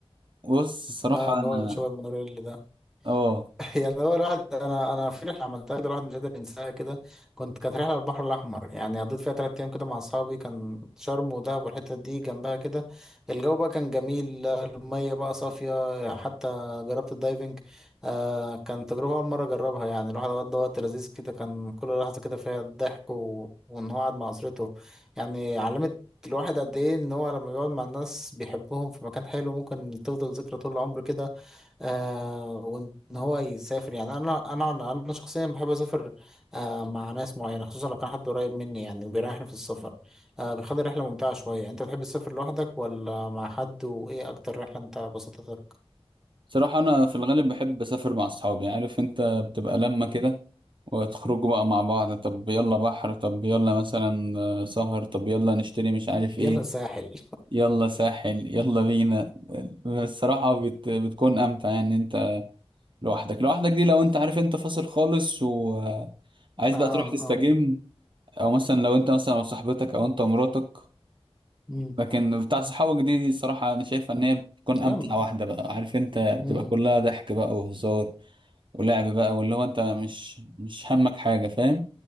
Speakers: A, on the right (about 50°); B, in the centre.
A: بص الصراحة
B: لا اللي
A: انا
B: هو شغل المونوريل ده
A: اه
B: <laughs> يعني هو الواحد انا انا في رحله عملتها كده الواحد مش قادر ينساها كده كنت كانت رحله على البحر الاحمر يعني قضيت فيها ثلاث ايام كده مع اصحابي كان شرم ودهب والحته دي جنبها كده الجو بقى كان جميل الميه بقى صافيه حتى جربت الدايفنج آه كان تجربه اول مره اجربها يعني الواحد قضى وقت لذيذ كده كان كل لحظه كده فيها ضحك و... وان هو قاعد مع اسرته يعني علمت الواحد قد ايه ان هو لما بيقعد مع الناس بيحبهم في مكان حلو ممكن تفضل ذكرى طول العمر كده آه وان هو يسافر يعني انا انا انا أنا شخصيا بحب اسافر آه مع ناس معينه خصوصا لو كان حد قريب مني يعني وبيريحني في السفر آه بيخلي الرحله ممتعه شويه انت بتحب تسافر لوحدك ولا مع حد وايه اكتر رحله انت بسطتك
A: صراحة أنا في الغالب بحب أسافر مع أصحابي عارف أنت بتبقى لما
B: مم.
A: كده وتخرجوا بقى مع بعض طب يلا بحر طب يلا مثلا آه، سهر طب يلا نشتري مش عارف إيه
B: يلا ساحل <laughs>
A: يلا ساحل يلا بينا الصراحة بت... بتكون أمتع يعني أنت لوحدك لوحدك دي لو أنت عارف أنت فاصل خالص وعايز
B: اه
A: بقى تروح تستجم
B: اه
A: أو مثلا لو أنت مثلا وصاحبتك أو أنت ومراتك
B: مم.
A: لكن بتاع صحابك دي دي الصراحة أنا شايفها إن هي بتكون
B: لما
A: أمتع واحدة بقى عارف أنت بتبقى
B: مم.
A: كلها ضحك بقى وهزار ولعب بقى واللي هو انت مش مش همك حاجه فاهم